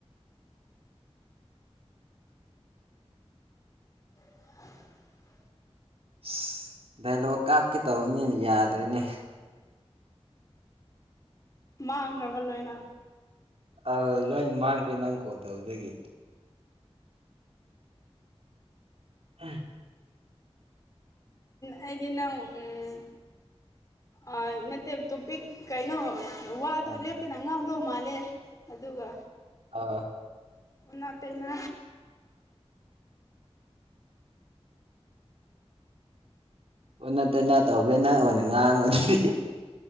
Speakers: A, on the left (about 30°); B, on the right (about 65°).
A: <unintelligible>
B: ꯑꯁ ꯗꯥꯏꯂꯣꯛ ꯀꯥꯞꯀꯦ ꯇꯧꯕꯅꯦꯅ ꯌꯥꯗꯔ‌ꯦꯅꯦ
A: ꯃꯥꯡꯈ꯭ꯔꯕ‌ꯣ ꯂꯣꯏꯅ
B: ꯑꯥ ꯂꯣꯏ ꯃꯥꯡꯈ꯭ꯔꯦ ꯅꯪ ꯀꯣꯜ ꯇꯧꯕꯗꯒꯤ <unintelligible>
A: ꯑꯩꯗꯤ ꯅꯪ ꯎꯝ ꯑꯥ ꯅꯠꯇꯦ ꯇꯣꯄꯤꯛ ꯀꯩꯅꯣ ꯋꯥꯗꯣ
B: ꯑꯥ
A: ꯂꯦꯞꯇꯅ ꯉꯥꯡꯗꯧ ꯃꯥꯜꯂꯦ ꯑꯗꯨꯒ
B: ꯑꯥ
A: ꯑꯣꯟꯅ ꯇꯩꯅ
B: ꯑꯣꯟꯅ ꯇꯩꯅ ꯇꯧꯕꯅꯤꯅ ꯅꯪ ꯑꯣꯏꯅ ꯉꯥꯡꯉ‌ꯣꯅ‌ꯦ